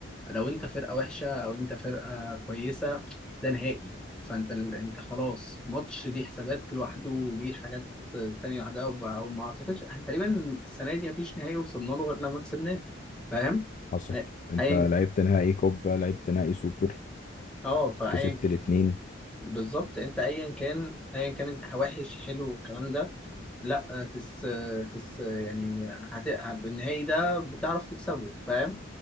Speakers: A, in the centre; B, on the left.
A: لو انت فرقه وحشه او انت فرقه كويسه ده نهائي فانت ال... انت خلاص ماتش ليه حسابات لوحده وليه حاجات تانية لوحدها وب- وما اعتقدش احنا تقريبا السنه دي مفيش نهائي وصلنا له غير لما كسبناه فاهم
B: حصل
A: أي-
B: انت
A: ايا
B: لعبت نهائي كوبا لعبت نهائي سوبر
A: اه فايا
B: كسبت الاتنين
A: بالظبط انت ايا كان ايا كان انت وحش حلو الكلام ده لا تس تس يعني هت... بالنهائي ده بتعرف تكسبه فاهم